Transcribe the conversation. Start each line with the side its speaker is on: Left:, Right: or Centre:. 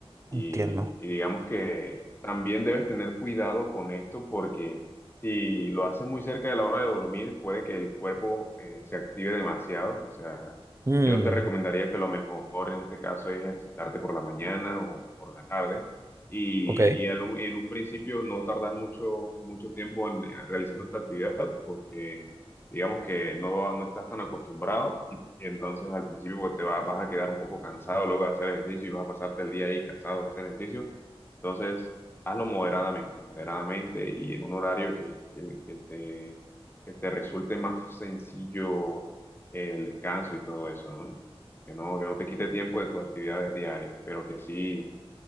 Left: Y,
Right: Entiendo.
Left: y digamos que también debes tener cuidado con esto porque si lo haces muy cerca de la hora de dormir, puede que el cuerpo eh, se active demasiado. O sea,
Right: Mm,
Left: yo te recomendaría que lo mejor en este caso es ejercitarte por la mañana o por la tarde. Y,
Right: ok.
Left: y en un y en un principio no tardar mucho, mucho tiempo en, eh, realizando esta actividad porque digamos que no, no estás tan acostumbrado entonces al principio pues, te va- vas a quedar un poco cansado luego de hacer ejercicio y vas a pasarte el día ahí cansado de hacer ejercicio. Entonces hazlo moderadamente, moderadamente y en un horario que, que- que te, que te resulte más sencillo el descanso y todo eso, ¿no? Que no, que no te quite tiempo de tus actividades diarias, pero que sí,